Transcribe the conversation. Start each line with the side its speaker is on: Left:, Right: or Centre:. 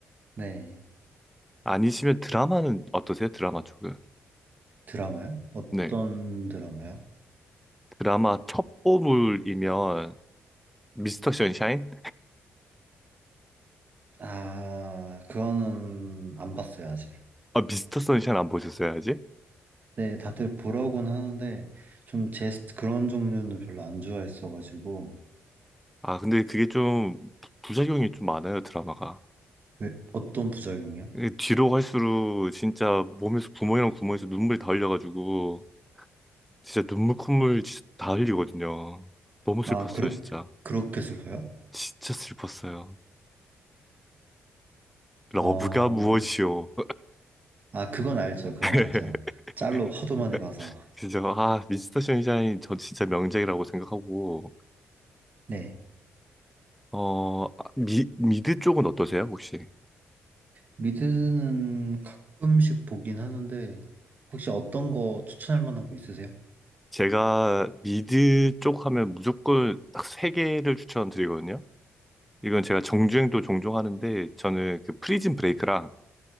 Right: 네.
Centre: 아니시면 드라마는 어떠세요? 드라마 쪽은.
Right: 드라마요? 어떤
Centre: 네.
Right: 드라마요?
Centre: 드라마 첩보물이면 미스터 선샤인?
Right: 아, 그거는 안 봤어요, 아직.
Centre: 아, 미스터 선샤인 안 보셨어야지.
Right: 네, 다들 보라고는 하는데, 좀 제 스- 그런 종류는 별로 안 좋아했어가지고,
Centre: 아, 근데 그게 좀 부- 부작용이 좀 많아요, 드라마가.
Right: 왜, 어떤 부작용이요?
Centre: 이게 뒤로 갈수록 진짜 몸에서 구멍이랑 구멍에서 눈물이 다 흘려가지고 진짜 눈물 콧물 진짜 다 흘리거든요. 너무 슬펐어요,
Right: 아, 그렇,
Centre: 진짜.
Right: 그렇게 슬퍼요?
Centre: 진짜 슬펐어요. 러브가
Right: 어,
Centre: 무엇이오?
Right: 아, 그건 알죠. 그건
Centre: <laughs>
Right: 알죠. 짤로 하도 많이
Centre: <laughs>
Right: 봐서.
Centre: 진짜 아 미스터 션샤인 저 진짜 명작이라고 생각하고
Right: 네.
Centre: 어 아, 미, 미드 쪽은 어떠세요 혹시?
Right: 미드는 가끔씩 보긴 하는데, 혹시 어떤 거 추천할 만한 거 있으세요?
Centre: 제가 미드 쪽 하면 무조건 딱 세 개를 추천드리거든요. 이건 제가 정주행도 종종 하는데 저는 그 프리즌 브레이크랑